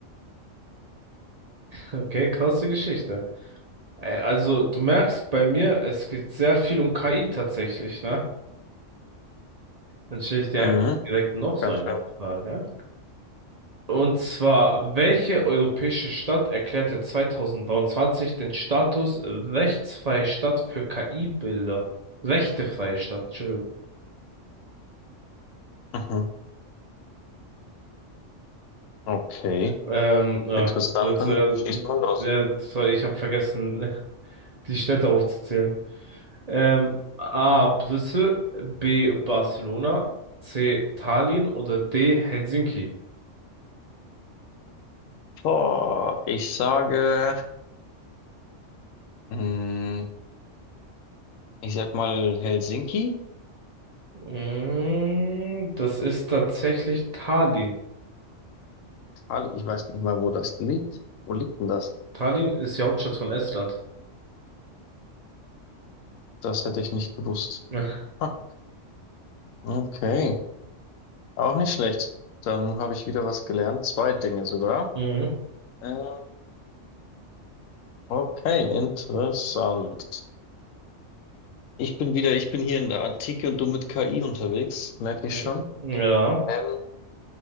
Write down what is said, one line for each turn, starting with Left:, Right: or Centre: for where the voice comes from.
Right: Okay, krasse Geschichte. Äh, Also, du merkst bei mir, es geht sehr viel um KI tatsächlich, ne? Dann stelle ich dir
Left: Mhm,
Right: einfach direkt noch so
Left: ganz
Right: eine
Left: schön.
Right: Frage. Und zwar, welche europäische Stadt erklärte 2023 den Status rechtsfreie Stadt für KI-Bilder? Rechtefreie Stadt, Entschuldigung.
Left: Mhm. Okay,
Right: Ähm, ja,
Left: interessant,
Right: das,
Left: dann
Right: äh,
Left: schießt mal los.
Right: äh, sorry, ich habe vergessen, <laughs> die Städte aufzuzählen. Ähm, A. Brüssel, B. Barcelona, C. Tallinn oder D. Helsinki?
Left: Boah, ich sage, mh, ich sag mal Helsinki.
Right: Mm, das ist tatsächlich Tallinn.
Left: Italien, ich weiß nicht mal, wo das liegt. Wo liegt denn das?
Right: Tallinn ist die Hauptstadt von Estland.
Left: Das hätte ich nicht gewusst.
Right: <laughs>
Left: Ha, okay, auch nicht schlecht. Dann habe ich wieder was gelernt. Zwei Dinge sogar.
Right: Ja. Mhm.
Left: Ähm, okay, interessant. Ich bin wieder, ich bin hier in der Antike und du mit KI unterwegs, merke ich
Right: Mhm.
Left: schon.
Right: Ja.
Left: Ähm,